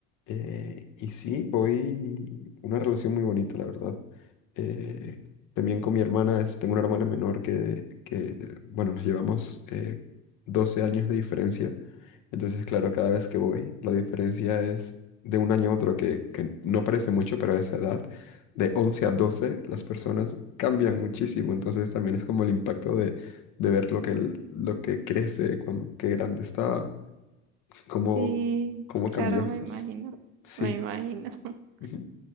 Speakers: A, on the left; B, on the right.
A: eh, y sí, voy una relación muy bonita, la verdad. Eh, también con mi hermana, es- tengo una hermana menor que, que eh, bueno, nos llevamos eh, 12 años de diferencia. Entonces, claro, cada vez que voy, la diferencia es de un año a otro, que, que no parece mucho, pero a esa edad, de 11 a 12, las personas cambian muchísimo. Entonces, también es como el impacto de de ver lo que, el- lo que crece, cuán- qué grande está, cómo,
B: Sí,
A: cómo
B: claro,
A: cambió.
B: me
A: <laughs>
B: imagino,
A: Sí. Sí.
B: me imagino. <laughs>
A: Ujú.